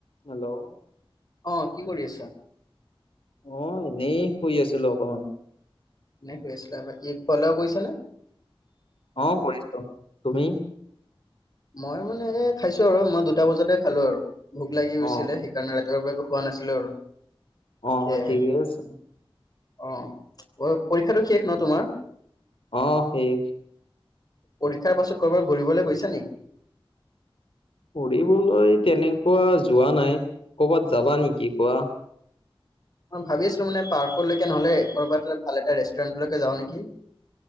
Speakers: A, on the left (about 70°); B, on the left (about 40°).
A: Hello
B: অ কি কৰি আছা?
A: অ এনেই শুই আছিলো অকমান
B: এনে শুই আছিলা বাকী খোৱা লোৱা কৰিছাঁ নে
A: অ কৰিছোঁ তুমি
B: মই মানে খাইছো আৰু মই দুটা বজাতে খালো আৰু ভোক লাগি
A: অ',
B: গৈছিলে সেইকাৰণে ৰাতি ৰাতিপুৱা পা খোৱা নাছিলো আৰু
A: অ
B: সেয়াহে
A: ঠিক আছে
B: অ পৰীক্ষাটো শেষ ন তোমাৰ?
A: অ শেষ
B: পৰীক্ষাৰ পাছত কৰ'বাৰ ঘূৰিবলৈ গৈছা নেকি?
A: ঘুৰিবলৈ তেনেকুৱা যোৱা নাই ক'বাত যাবা নেকি কোৱা?
B: ম ভাবি আছিলো মানে পাৰ্কলৈকে নহলে কবাত এ ভাল এটা ৰেষ্টুৰেন্টলৈকে যাওঁ নেকি? <inaudible>